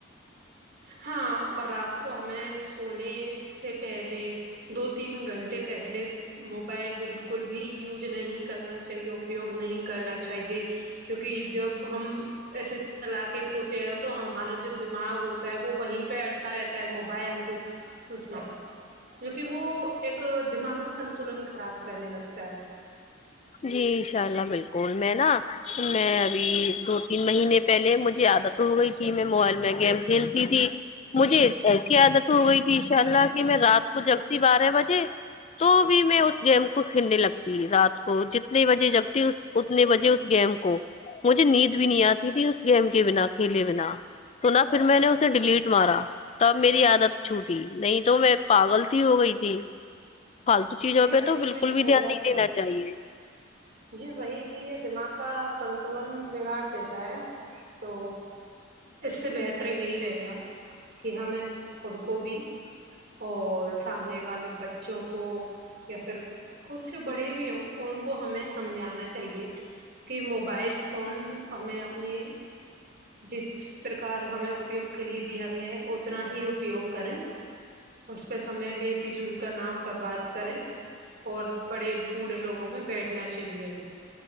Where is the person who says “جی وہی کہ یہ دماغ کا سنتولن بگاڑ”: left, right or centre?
Right